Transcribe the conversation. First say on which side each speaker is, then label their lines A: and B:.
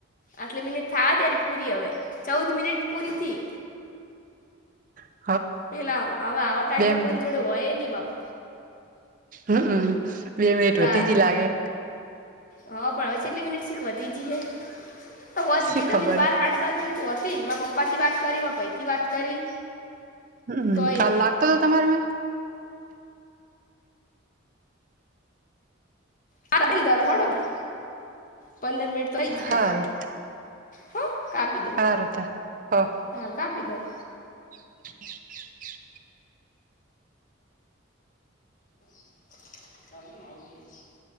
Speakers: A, on the left (about 40°); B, on the right (about 40°).
A: આટલી મિનિટ થા ત્યારે પૂરી હવે ચૌદ મિનિટ પૂરી થી
B: હ <unintelligible>
A: પેલા હવે આવા ટાઈમ
B: બે
A: તો
B: મિનિટ
A: કોઈ જોડે હોય નઈ બાપ
B: હમમ બે મિનિટ
A: તારે
B: વધતી જ લાગે
A: હા પણ હવે ચટલી મિનિટ શીખવા તીજી છે તો હો જ
B: શી
A: હતી
B: ખબર
A: ત તો બાર સાાડા બાર મિનિટ હતી મા પપ્પા થી વાત કરી પાઈ થી વાત કરી
B: હમ્મ
A: તોય
B: કાલ લાગતો હતો તમારે મમાં
A: <unintelligible> પંદર મિનિટ તોઈ જ
B: હારું
A: ક હ કાપી દો
B: હારું તા હ
A: હા કાપી દોર
B: <inaudible>
A: <unintelligible>